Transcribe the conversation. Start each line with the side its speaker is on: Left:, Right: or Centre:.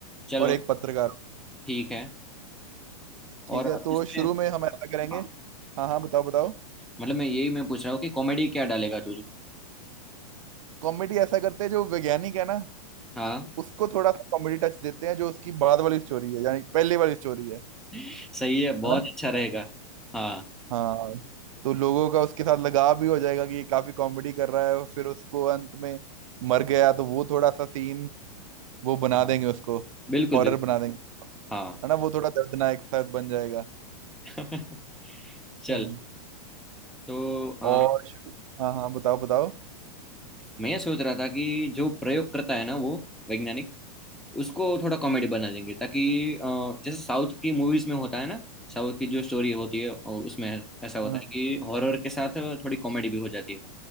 Centre: चलो
Right: और एक पत्रकार
Centre: ठीक है
Right: ठीक
Centre: और
Right: है तो
Centre: इसमें
Right: शुरू में हम ऐसा करेंगे
Centre: हाँ
Right: हाँ हाँ बताओ बताओ
Centre: मतलब मैं यही मैं पूछ रहा हूँ कि कॉमेडी क्या डालेगा तू
Right: कॉमेडी ऐसा करते हैं जो वैज्ञानिक है ना
Centre: हाँ
Right: उसको थोड़ा सा कॉमेडी टच देते हैं जो उसकी बाद वाली स्टोरी है यानी पहले वाली स्टोरी है
Centre: <laughs> सही है बहुत
Right: है ना
Centre: अच्छा रहेगा हाँ
Right: हाँ तो लोगों का उसके साथ लगाव भी हो जाएगा कि ये काफी कॉमेडी कर रहा है और फिर उसको अंत में मर गया तो वो थोड़ा सा सीन वो बना
Centre: हाँ
Right: देंगे उसको
Centre: बिल्कुल
Right: हॉरर
Centre: बिल्कुल
Right: बना देंगे
Centre: हाँ
Right: है ना वो थोड़ा दर्दनाक साथ बन जाएगा
Centre: <laughs> चल
Right: हम्म।
Centre: तो अ,
Right: और शु- हाँ हाँ बताओ बताओ
Centre: मैं ये सोच रहा था कि जो प्रयोग करता है ना वो वैज्ञानिक उसको थोड़ा कॉमेडी बना देंगे ताकि अ, जैसे साउथ की मूवीज में होता है ना साउथ की जो स्टोरी होती है अ, उसमें ऐसा होता
Right: हाँ
Centre: है कि हॉरर के साथ थोड़ी कॉमेडी भी हो जाती है